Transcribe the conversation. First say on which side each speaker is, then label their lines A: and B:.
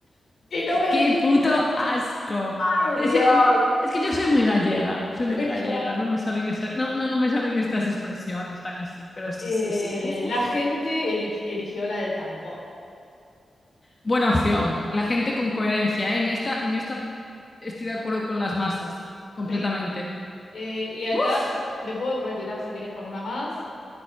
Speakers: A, on the left; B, on the left.
A: Y no me
B: ¡Qué
A: dijiste.
B: puto asco!
A: Ay,
B: Es,
A: Dios.
B: eh, es que yo soy muy gallega, soy muy
A: <laughs>
B: gallega,
A: Claro.
B: no me salen esas, no, no, no me salen estas expresiones tan así, pero sí,
A: Eh,
B: sí, sí, buf, buf.
A: la gente eli- eligió la del tampón.
B: Buena opción. La gente con coherencia, ¿eh? En esta, en esta estoy de acuerdo con las masas, completamente.
A: Sí. Eh, y acá
B: ¡Buf!
A: me puedo retirar si querés con una más.